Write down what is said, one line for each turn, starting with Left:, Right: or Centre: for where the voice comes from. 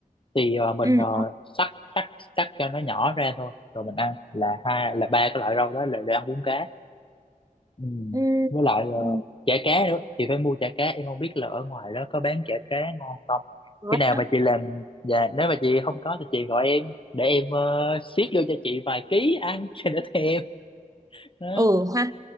Left: thì ờ, mình
Right: ừ
Left: ờ, cắt cắt cắt cho nó nhỏ ra thôi rồi mình ăn là hai là ba cái loại rau đó là để ăn bún cá. Ừ.
Right: ừ,
Left: Với lại ờ,
Right: ừ.
Left: chả cá nữa chị phải mua chả cá em không biết là ở ngoài đó có bán chả cá ngon không
Right: Nói.
Left: khi nào mà chị làm dạ nếu mà chị không có thì chị gọi em để em uh, xiết vô cho chị vài ký ăn <laughs> cho đỡ thèm đó
Right: ừ ha